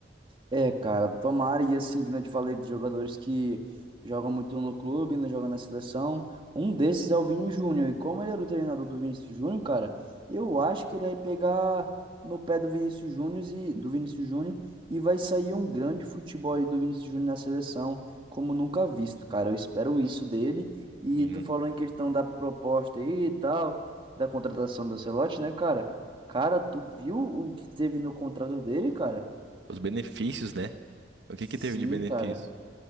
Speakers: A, on the right; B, on the right.
A: É, cara, tomara, e assim, que não te falei de jogadores que jogam muito no clube, não jogam na seleção, um desses é o Vini Júnior, e como ele era o treinador do Vinícius Júnior, cara, eu acho que ele vai pegar no pé do Vinícius Júnior e, do Vinícius Júnior, e vai sair um grande futebol aí do Vinícius Júnior na seleção, como nunca visto, cara, eu espero isso dele, e
B: Sim.
A: tu falou em questão da proposta aí e tal, da contratação do Ancelotti, né, cara? Cara, tu viu o que teve no contrato dele, cara?
B: Os benefícios, né? O que
A: Sim,
B: que teve de benefício?
A: cara.